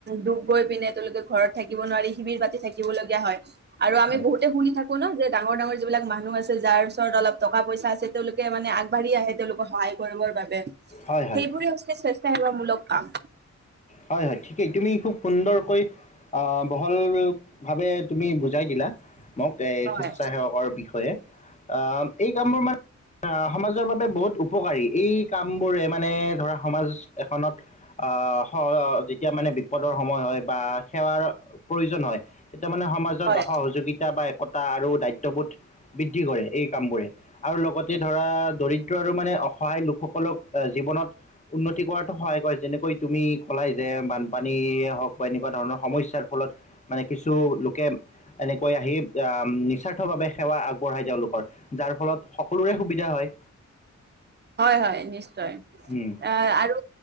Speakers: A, on the right (about 35°); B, on the left (about 25°).
A: ডুব গৈ পিনে তেওঁলোকে ঘৰত- থাকিব নোৱাৰি, শিবিৰ পাতি থাকিব লগীয়া হয়। আৰু আমি
B: হয়
A: বহুতে শুনি থাকো- ন' যে ডাঙৰ-ডাঙৰ যিবিলাক মানুহ আছে যাৰ- ওচৰত অলপ টকা-পইছা আছে, তেওঁলোকে মানে আগবাঢ়ি আহে তেওঁলোক সহায়- কৰিবৰ বাবে,
B: হয় হয়
A: সেইবোৰে হৈছে স্বেচ্ছ সেৱামূলক কাম।
B: হয়-হয়, ঠিকেই। তুমি খুব সুন্দৰকৈ- আহ', -বহলভাৱে তুমি বুজাই দিলা। মোক এই
A: হয়
B: স্বেচ্ছাসেৱকৰ বিষয়ে। আহ', -এই কামবোৰ মানে- সমাজৰ বাবে বহুত উপকাৰী। এই কামবোৰে মানে ধৰা সমাজ এখনত- আহ', - স' যেতিয়া মানে বিপদৰ সময় হয় বা সেৱাৰ- প্ৰয়োজন হয়, তেতিয়া মানে সমাজত
A: হয়
B: সহযোগিতা বা একতা আৰু দায়িত্ববোধ- বৃদ্ধি কৰে এই কামবোৰে। আৰু লগতে ধৰা দৰিদ্ৰ আৰু মানে অসহায় লোকসকলক এ' জীৱনত- উন্নতি কৰাতো সহায় কৰে। যেনেকৈ তুমি ক'লাই যে বানপানীয়ে হওঁক বা এনেকুৱা ধৰণৰ সমস্যাৰ ফলত- মানে কিছু লোকে এনেকৈ আহি নিস্বাৰ্থভাৱে সেৱা আগবঢ়ায় তেওঁলোকৰ। যাৰ ফলত সকলোৰে সুবিধা হয়।
A: হয়-হয় নিশ্চয়।
B: উম,
A: এ' আৰু-